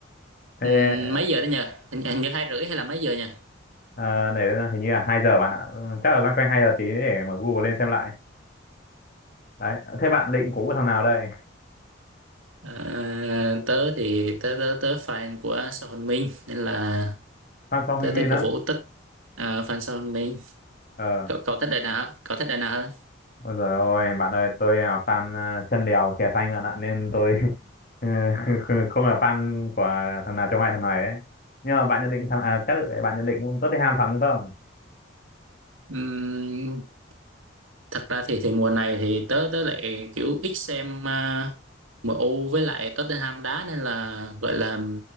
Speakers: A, on the left; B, on the right.
A: Thế
B: Ừm, mấy giờ đó nhỉ? Hình, hình như hai rưỡi hay là mấy giờ nhỉ?
A: ờ, này là hình như là 2 giờ bạn ạ. Ừ, Chắc là loanh quanh 2 giờ tí để mở Google lên xem lại. Đấy, thế bạn định cố của thằng nào đây?
B: À, tớ thì tớ tớ tớ fan của Sao Hồn Minh nên là
A: Fan Song
B: tớ
A: Heung-min
B: tớ cổ
A: á?
B: vũ Tích à, fan Sao Hồn Minh.
A: Ờ,
B: Cậu cậu thích đợi nào? Cậu thích đợi nào
A: ôi giời ơi, bạn ơi, tôi là fan ờ, chân đèo chè xanh bạn ạ nên tôi <laughs> không là fan của thằng nào trong hai thằng này ấy. Nhưng mà bạn nhận định thằng à chắc là bạn nhận định Tottenham thắng đúng không?
B: hơn? thật ra thì thì mùa này thì tớ tớ lại kiểu ít xem à, U với lại Tottenham đá nên là gọi là